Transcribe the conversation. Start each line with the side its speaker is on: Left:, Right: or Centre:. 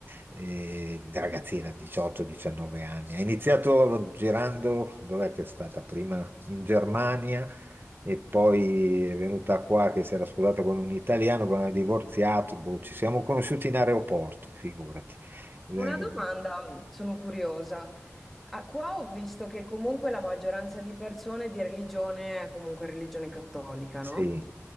Right: eh, ragazzina 18-19 anni. Ha iniziato girando, dov'è che è stata prima? In Germania e poi è venuta qua che si era sposata con un italiano, poi hanno divorziato, boh, ci siamo conosciuti in aeroporto, figurati. Eh,
Centre: Una domanda, mh, sono curiosa. Ah, qua ho visto che comunque la maggioranza di persone di religione è comunque religione cattolica,
Right: sì,
Centre: no?